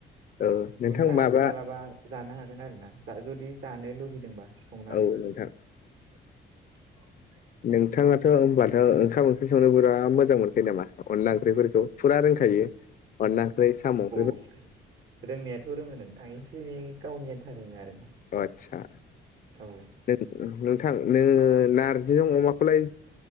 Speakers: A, on the left; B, on the right.
A: औ नोंथां
B: नोंथाङाबो
A: माबा
B: मालाबा जानो हागोन आरो ना जा जुदि जानो लुुबैदोंबा संनानै
A: औ नोंथां
B: <inaudible>
A: नोंथाङाथ' होनबाथ' ओंखाम ओंख्रि संनो बिराद मोजां मोनखायो नामा अनला ओंख्रिफोरखौ फुरा रोंखायो अनला ओंख्रि साम' ओंख्रिफोरखौ
B: <inaudible> रोंनायाथ' रोङो नोंथां एसे एनै गावनि आन्था रोङो आरो ना
A: अ आदसा
B: औ
A: नों नोंथां नोङो नार्जिजों अमाखौलाय